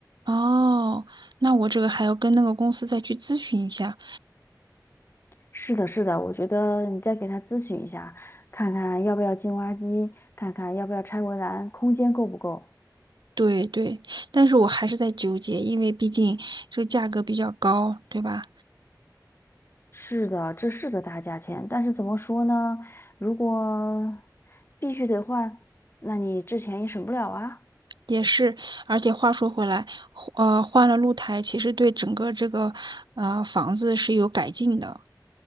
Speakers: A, on the right; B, on the left.
A: 哦，那我这个还要跟那个公司再去咨询一下。
B: 是的，是的，我觉得你再给他咨询一下，看看要不要进挖机，看看要不要拆围栏，空间够不够。
A: 对对，但是我还是在纠结，因为毕竟这个价格比较高，对吧？
B: 是的，这是个大价钱，但是怎么说呢？如果必须得换，那你之前也省不了啊。
A: 也是，而且话说回来，呃，换了露台，其实对整个这个呃房子是有改进的。